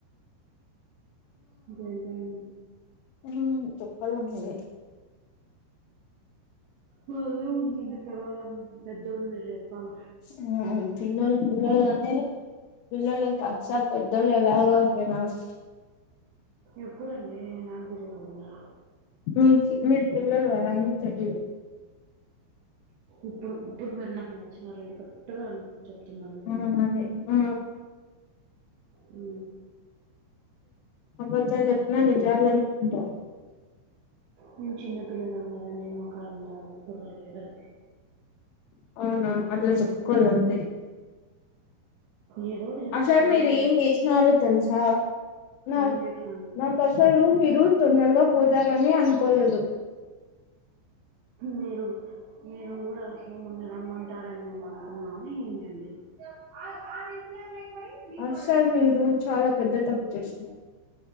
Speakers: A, on the right; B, on the left.
A: ఇంకేంటి అండి
B: ఉమ్ చెప్పల మీరే
A: మదెం ఉందండి పిల్లలం పెద్దోళ్ళు మీరు చెప్పాల
B: ఉమ్ పిలొల్లు పిల్లొలు అనే పిల్లలు కాస్త పెద్దోళ్లలాగ అయిపోయినారు
A: ఎప్పుడండి నాకు తెలిదు అవన్నీ
B: మీకు మీరు పిలొల్లు కదా అండి తెలీదు
A: ఇప్పుడు ఇప్పుడు మీరు నాకు నచ్చినారండి కరక్ట్గ చెప్తున్నారు మీరు
B: ఆ అదే ఆ
A: ఉ
B: అబద్దాలు చెప్పిన నిజాలు అనుకుంటావు
A: మేము చిన్న పిల్లలం కదండి మాకు అంత బుర్ర లేదం
B: అవునా అట్లా చప్పుకోలంతె
A: ఏదో ఒకటి చెప్పి
B: అసలు
A: తెలియని
B: మీరు ఏం చేసినారో తెలుస నా
A: ఏం చేసినాండి
B: నా అసలు మీరు తొందరగా పోతారనే అనుకోలేదు
A: మీరు మీరు కూడ మమ్మల్ని రమ్మంటారని మేము అనుకున్నాం ఏంది అండి <unintelligible> మీ
B: అసలు
A: కోడి గద
B: మీరు చాలా పెద్ద తప్పు చేస్తున్నారు